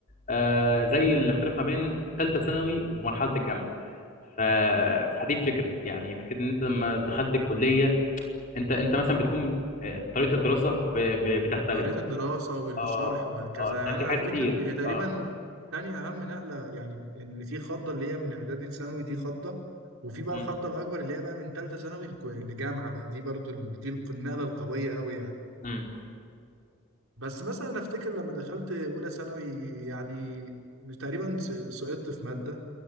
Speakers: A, on the left; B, on the right.
A: آه، زي الاختلاف ما بين ثالثه ثانوي ومرحله الجامعه ف... فدي الفكره يعني فكره ان انت لما دخلت الكليه انت انت مثلا بتكون آه، طريقه الدراسه ب... ب... بتختلف
B: طريقه الدراسه والشرح
A: اه
B: وهكذا
A: اه
B: يعني
A: ده
B: انا
A: في حاجات
B: افتكر
A: كتير
B: هي تقريبا
A: اه
B: تاني اهم نقله يعني اللي في خضه اللي هي من اعدادي لثانوي دي خضه وفي بقى
A: امم
B: الخضه الاكبر اللي هي بقى من ثالثه ثانوي لكو- لجامعه بقى دي برضه ال- دي الق- النقله القويه قوي يعني
A: امم
B: بس مثلا افتكر لما دخلت اولى ثانوي يعني تقريبا س- سقطت في ماده